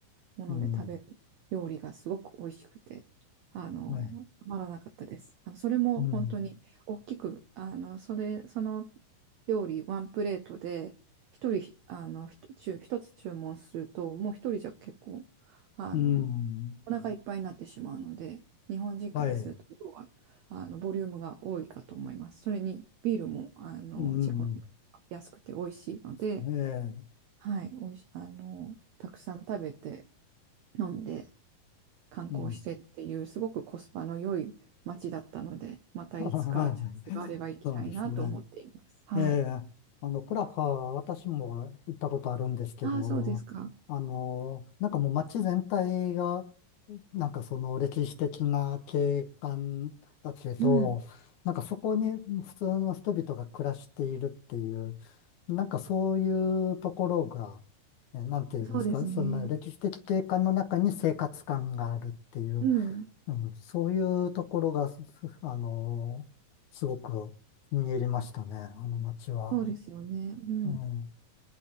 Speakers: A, on the right (about 85°); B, on the left (about 70°).
A: もので食べる料理がすごく美味しくて、
B: うん。
A: あの、
B: はい。
A: たまらなかったです。あのそれも本当に大きく、
B: うん。
A: あの、それ、その料理ワンプレートで、一人、あの、ひと注一つ注文すると、もう一人じゃ結構、あの、
B: うん。
A: お腹いっぱいになってしまうので、日本人からすると、
B: はい。
A: 量は、あの、ボリュームが多いかと思います。それに、ビールも、あの、
B: うん。
A: チェコの安くて美味しいので、
B: ええ。
A: はい、おいし、あの、たくさん食べて、飲んで、観光してっていう、
B: うん。
A: すごくコスパの良い街だったので、またいつかチャンスがあれば行きたいなと思っています。
B: <laughs> はい。そうですね。
A: はい。
B: ええ。あの、プラハ、私も行ったことあるんですけど、
A: ああ、そうですか。
B: あの、なんかもう街全体が、なんかその歴史的な景観だけど、
A: うん、
B: なんかそこに普通の人々が暮らしているっていう、なんかそういうところが、ねなんて言いますか、
A: そうですね。
B: そんな歴史的景観の中に生活感があるっていう、
A: うん、
B: うん、そういうところが、すあのーすごく気に入りましたね、あの街は。
A: そうですよね。うん。
B: うん、